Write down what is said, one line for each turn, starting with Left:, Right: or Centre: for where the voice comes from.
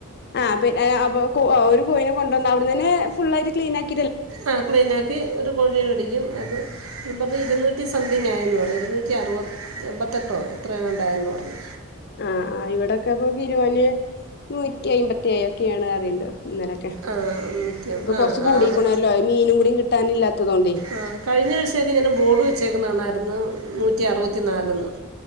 Left: ആ പിന്ന അ ഒരു കോയിനെ കൊണ്ടുവന്ന അവിടന്നെ ഫുള്ളയിട്ട് ക്ലീൻ ആക്കി!
Right: ആ ക്ലീനാക്കി ഒരു കോഴി മേടിക്കും. അത്! പറഞ്ഞ് ഇരുന്നൂറ്റി സംതിങ് ആയന്ന് പറഞ്ഞു. ഇരുന്നൂറ്റി അറുപ എൺപത്തെട്ടോ എത്രയെങ്ങാണ്ടായെന്ന് പറഞ്ഞു!
Left: ആ ആ ഇവിടെൊക്കെപ്പോ ഗരുവാന് നൂറ്റി അമ്പത്തിയേഴ് ഒക്കെയാണ് അറിയണ്ട്! ഇന്നലൊക്കെ
Right: ആ നൂറ്റി
Left: ഇപ്പൊ
Right: ആ
Left: കൊറച്ചു കൂടിക്കണല്ലോ
Right: ആറ്
Left: മീനും കൂടിയും കിട്ടാന ഇല്ലാത്തതോണ്ടേ!
Right: ആ കഴിഞ്ഞ ദിവസൊക്കെ ഇങ്ങനെ ബോർഡ് വെച്ചേക്കുന്ന കാണായിരുന്നു. നൂറ്റി അറുപത്തിനാലെന്ന്!